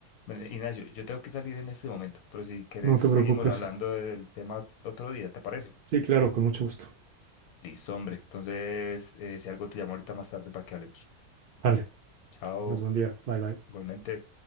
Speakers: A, on the left; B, on the right.
A: bueno, Ignacio, yo tengo que salir en este momento, pero si querés
B: No te
A: seguimos
B: preocupes.
A: hablando del tema otro día, ¿te parece?
B: Sí, claro, con mucho gusto.
A: Listo, hombre. Entonces, eh, si algo te llamo ahorita más tarde para que hablemos.
B: Vale,
A: Chao,
B: tengas buen día. Bye, bye.
A: igualmente.